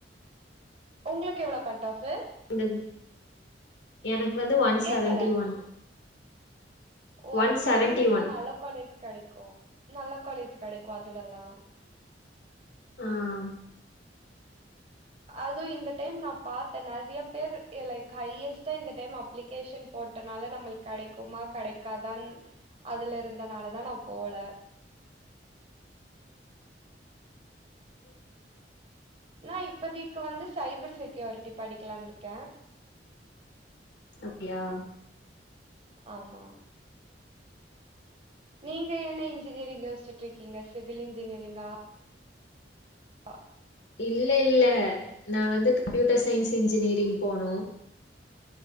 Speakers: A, on the right; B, on the left.
A: உங்களுக்கு எவ்வளோ கட் ஆஃப்
B: இந்த எனக்கு வந்து ஒன்
A: கேக்கல
B: செவன்டி ஒன்
A: ஓ
B: ஒன்
A: அப்பனா
B: செவன்டி
A: உங்களுக்கெல்லாம்
B: ஒன்
A: நல்ல காலேஜ் கெடைக்கும் நல்ல காலேஜ் கடைக்கும் அதுலல்லாம்
B: ஆஹ்
A: அதுவும் இந்த டைம் நான் பாத்தேன் நிறைய பேரு லைக் ஹையஸ்டா இந்த டைம் அப்ளிகேஷன் போட்டனால நம்மளுக்கு கிடைக்குமா கிடைக்காதான் அதுல இருந்தனாலதான் நான் போல நான் இப்பதைக்கு வந்து சைபர் செக்யூரிட்டி படிக்கலாம்னு இருக்கேன்
B: அப்டியா
A: ஆமா நீங்க என்ன இன்ஜினியரிங் யோசிச்சட்டு இருக்கீங்க சிவில் இன்ஜினியரிங்கா ஆ
B: இல்ல இல்ல நான் வந்து கம்ப்யூட்டர் சயின்ஸ் இன்ஜினியரி போனும்